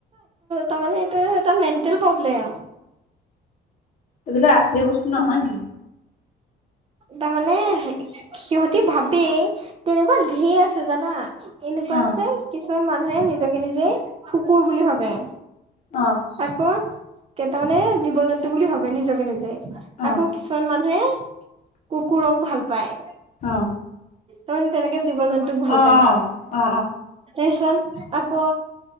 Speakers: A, on the right; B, on the left.
A: তাৰে এইটো এটা মেেল প্ৰব্লেম
B: এইবিলাক আচলি বস্তু নহয় নেকি
A: তাৰমানে সিহঁতি ভাবেই তেনেকুৱা ঢেৰ আছে জানা এনেকুৱা
B: অ
A: আছে কিছুমান মানুহে নিজকে নিজেই শুকুৰ বুলি ভাবে
B: অ
A: আকৌ কেইটামানে জীৱ জন্তু বুলি ভাবে নিজকে নিজে
B: অ
A: আকৌ কিছুমান মানুহে কুকুৰক ভাল পায়
B: অ
A: তাৰমানে তেনেকে জীৱ জন্তুক ভাল
B: অ অ
A: পায় মানে
B: অ
A: স চ আকৌ